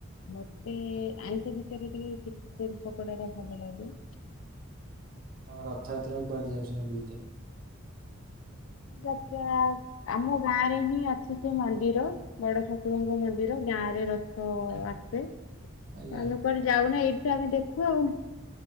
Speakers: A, on the left (about 70°); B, on the right (about 45°).
A: ମତେ ଆଇଁଷ ଭିତରେ ଟିକେ ପକୋଡାଟା ଭଲ ଲାଗେ।
B: ମେ ରଥଯାତ୍ରାକୁ କୁଆଡେ ଯାଉଛନ୍ତି ବୁଲକେ?
A: ଜାତେରା ଆମ ଗାଁ ରେ ହିଁ ଅଛି ସେ ମନ୍ଦିର ବଡ ଠାକୁରଙ୍କ ମନ୍ଦିର ଗାଁ ରେ ରଥ ଆସେ।
B: ଆଜ୍ଞା
A: ଆମେ କୁଆଡେ ଯାଉନା ଏଇଠୁ ଆମେ ଦେଖୁ ଆଉ।